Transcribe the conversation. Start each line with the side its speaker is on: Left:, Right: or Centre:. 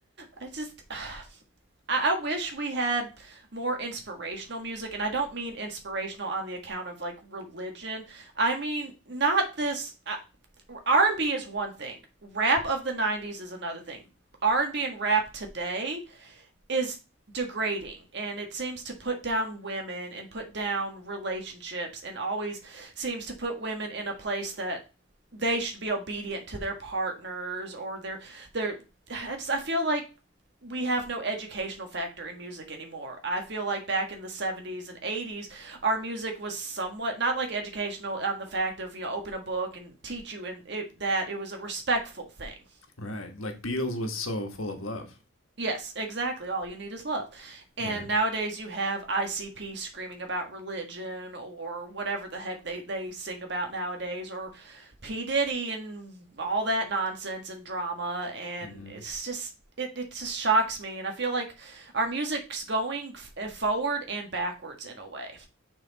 Right: I just. <sighs> I, I wish we had more inspirational music, and I don't mean inspirational on the account of like religion. I mean not this. I, R&B is one thing. Rap of the 90s is another thing. R&B and B and rap today is degrading and it seems to put down women and put down relationships and always seems to put women in a place that they should be obedient to their partners or their their I just I feel like we have no educational factor in music anymore. I feel like back in the 70s and 80s, our music was somewhat not like educational on the fact of you know open a book and teach you and it, that it was a respectful thing.
Left: right like beatles was so full of love
Right: Yes, exactly. All you need is love. And
Left: yeah
Right: nowadays you have ICP screaming about religion or whatever the heck they, they sing about nowadays or P. Diddy and all that nonsense and drama. And
Left: mm
Right: it's just, it, it just shocks me. And I feel like our music's going f- forward and backwards in a way.